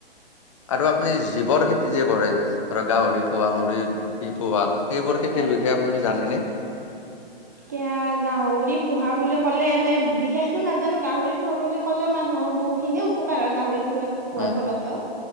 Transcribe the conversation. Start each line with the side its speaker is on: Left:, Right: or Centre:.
Left: আৰু আপুনি জীৱৰ খেতি যে কৰে ধৰক গাহৰি পোহা মুৰ্গী পোহা সেইবোৰ খেতিৰ
Right: হয়।
Left: বিষয়ে আপুনি জানেনে?
Right: এতিয়া গাহৰি পোহা বুলি ক'লে এনে বিশেষতো নাজানো গাহৰি পোহা বুলি ক'লেও মানুহৰ বহুত খিনিয়ে উপকাৰ হয়, গাহৰি ফু, পোৱাৰ
Left: উম
Right: ফল ত'।